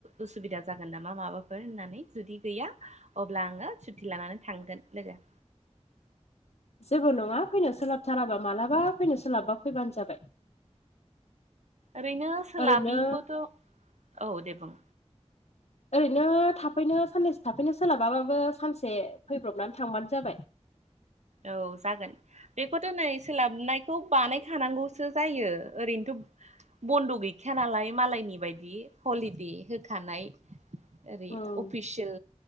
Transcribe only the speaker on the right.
उसुबिदा जागोन नामा माबाफोर होननानै जुदि गैया अब्ला आङो सुटि लानानै थांगोन लोगो
ओरैनो सोलाबिखौथ'
औ दे बुं
औ जागोन बेखौथ' नै सोलाबनायखौ बानायखानांगौसो जायो ओरैनोथ' बन्द' गैखाया नालाय मालायनि बायदि हलिदे होखानाय ओरै
अफिसियेल